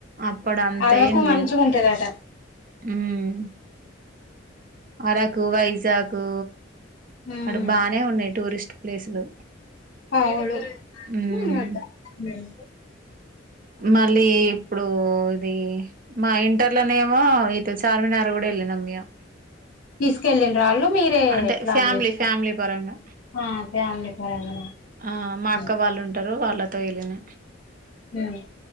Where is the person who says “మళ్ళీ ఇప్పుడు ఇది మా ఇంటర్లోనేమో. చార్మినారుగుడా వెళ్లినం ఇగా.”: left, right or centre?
Right